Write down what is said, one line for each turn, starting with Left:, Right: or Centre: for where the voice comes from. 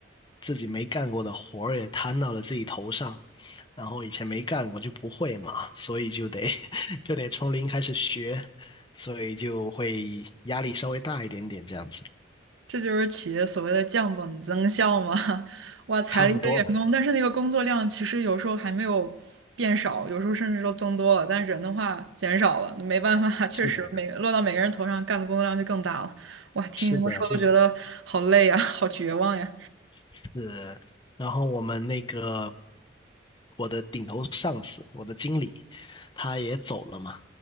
Left: 自己没干过的活儿也摊到了自己头上，然后以前没干过就不会嘛，所以就得 <laughs> 就得从零开始学，所以就会压力稍微大一点点这样子，
Right: 这就是企业所谓的降本增效嘛。<laughs> 哇，裁了一堆员工，
Left: 差不多吧。
Right: 但是那个工作量其实有时候还没有变少，有时候甚至都增多了，但人的话减少了，没办法，<laughs> 确实每个落到每个人头上干的工作量就更大了。
Left: 是的。
Right: 哇，听你这么说都觉得好累呀，
Left: 是的，就是
Right: 好绝望呀！
Left: 是，然后我们那个我的顶头上司，我的经理，他也走了嘛，